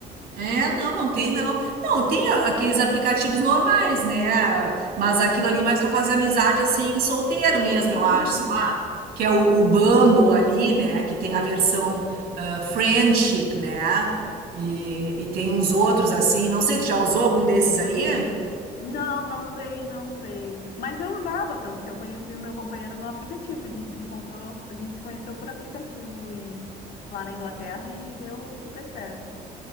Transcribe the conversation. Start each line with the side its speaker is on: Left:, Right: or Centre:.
Right: É, não, não tem não. Não, tem a- aqueles aplicativos normais, né? Mas aquilo ali mais para fazer amizade assim, solteiro mesmo,
Left: Uhum.
Right: eu acho, sei lá, que é o, o Bumble ali, né? Que tem a versão ah, friendship, né? E, e tem uns outros assim. Não sei, tu já usou algum desses aí?
Left: Não, não usei, não usei. Mas eu usava, tanto que eu conheci o meu companheiro no aplicativo. A gente se encontrou, a gente se conheceu por aplicativo em- lá na Inglaterra e deu super certo.